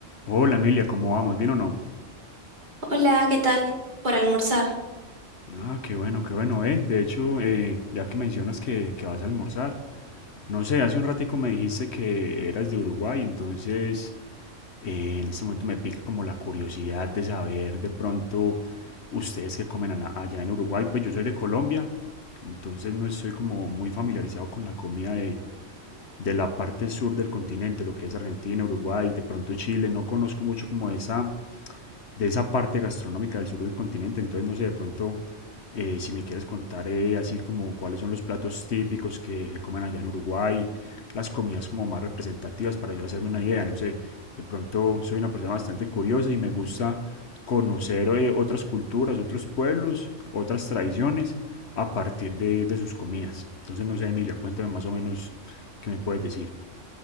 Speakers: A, on the left; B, on the right.
A: Hola Emilia, ¿cómo vamos? ¿Bien o no?
B: Hola, ¿qué tal? Por almorzar.
A: Ah, qué bueno, qué bueno, eh. De hecho, eh, ya que mencionas que, que vas a almorzar, no sé, hace un ratico me dijiste que eras de Uruguay, entonces eh, en este momento me pica como la curiosidad de saber de pronto ustedes qué comen ana- allá en Uruguay. Pues yo soy de Colombia, entonces no estoy como muy familiarizado con la comida de, de la parte sur del continente, lo que es Argentina, Uruguay, de pronto Chile, no conozco mucho como esa de esa parte gastronómica del sur del continente. Entonces, no sé, de pronto, eh, si me quieres contar eh, así como cuáles son los platos típicos que, que comen allá en Uruguay, las comidas como más representativas para yo hacerme una idea, no sé. De pronto soy una persona bastante curiosa y me gusta conocer eh, otras culturas, otros pueblos, otras tradiciones a partir de, de sus comidas. Entonces, no sé, Emilia, cuéntame más o menos qué me puedes decir.